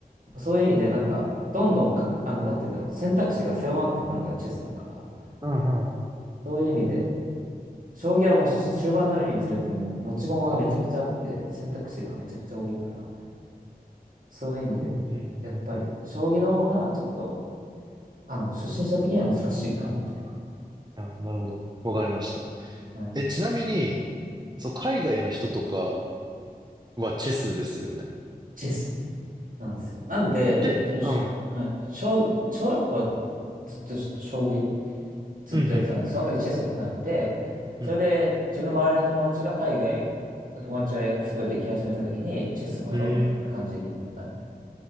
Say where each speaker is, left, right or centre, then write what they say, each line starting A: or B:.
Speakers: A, on the right; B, on the right.
A: そういう意味でなんか、どんどんかく、あの、なんて言うんだろう、選択肢が狭まっていくのがチェスだから、
B: うん、うん、うん。
A: そういう意味で、将棋はもう終盤になるにつれてもう持ち駒がめちゃくちゃあって、選択肢がめちゃくちゃ多いから、そういう意味で、
B: うん、うん、
A: やっぱり将棋の方がちょっと、
B: うん。うん
A: あの、初心者的には難しいかも、みたい
B: あ、なるほど。わかりました。
A: な。はい。
B: え、ちなみに、そう、海外の人とかはチェスですよね。
A: チェスなんですよ。なんで、
B: チェ、
A: 自分し、
B: うん。
A: はい、小、小学校はずっと将棋ずっとやってたんです。
B: うん、うん。
A: その時チェスやってなくて、
B: うん。
A: それで自分の周りの友達が海外の友達がすごいでき始めた時に、チェスもやろうみたいな感じになったみたい
B: うん